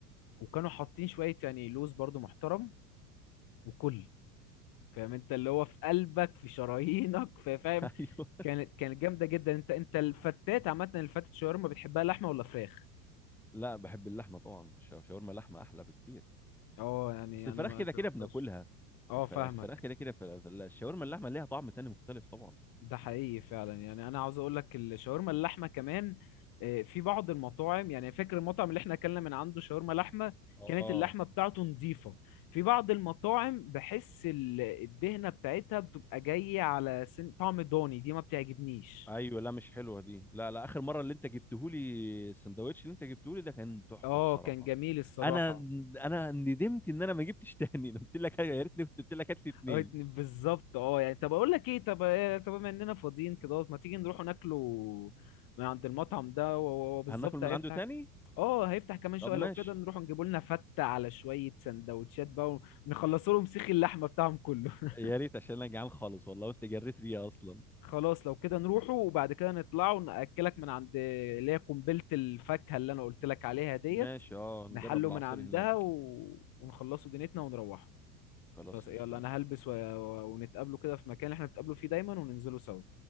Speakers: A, on the left; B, in the centre.
A: وكانوا حاطين شويه يعني لوز برضو محترم وكل فاهم انت اللي هو في قلبك في شرايينك فا- فاهم
B: <laughs> ايوه
A: كانت كانت جامده جدا انت انت الفتات عامه الفتة شاورما بتحبها لحمه ولا فراخ
B: لا بحب اللحمه طبعا شا- شاورما اللحمه احلى بكتير
A: اه يعني
B: اصل
A: انا
B: الفراخ
A: ما
B: كده كده
A: جربتهاش
B: بناكلها
A: اه
B: الفراخ
A: فاهمك
B: الفراخ كده كده فلا- فلا- الشاورما اللحمه ليها طعم تاني مختلف طبعا
A: ده حقيقي فعلا يعني انا عاوز اقول لك الشاورما اللحمه كمان آه، في بعض المطاعم يعني فاكر المطعم اللي احنا اكلنا من عنده شاورما لحمه
B: اه
A: كانت اللحمه بتاعته نظيفه في بعض المطاعم بحس ال- الدهنه بتاعتها بتبقى جايه على سن طعم ضاني دي ما بتعجبنيش
B: ايوه لا مش حلوه دي لا لا اخر مره اللي انت جبتهولي السندوتش اللي انت جبتهولي ده كان تحفه
A: اه
B: بصراحه
A: كان جميل الصراحه
B: انا انا ندمت ان انا ما جبتش تاني <laughs> أنا قلت لك يا ريتني كنت قلت لك هات لي اتنين
A: اه اتنين- بالظبط اه يعني طب اقول لك ايه طب إيه، طب بما اننا فاضيين كده ما تيجي نروح ناكله من عند المطعم ده هو هو بالظبط
B: هناكل من
A: هيفتح
B: عنده تاني
A: اه هيفتح كمان
B: طب
A: شويه
B: ماشي
A: لو كده نروح نجيبوا لنا فته على شويه سندوتشات بقى ونخلصوا لهم سيخ اللحمه بتاعهم كله <laughs>
B: يا ريت عشان انا جعان خالص والله وانت جريت ريا اصلا
A: خلاص لو كده نروحوا وبعد كده نطلعوا ناكلك من عند اللي هي قنبله الفاكهه اللي انا قلت لك عليها ديت
B: ماشي اه
A: نحله
B: نجرب العصير
A: من عندها
B: هناك
A: و... ونخلصوا دنيتنا ونروحوا
B: خلاص
A: خلاص
B: قشطه
A: يلا
B: ماشي
A: انا هلبس و... ونتقابلوا كده في مكان اللي احنا بنتقابلوا فيه دايما وننزلوا سوا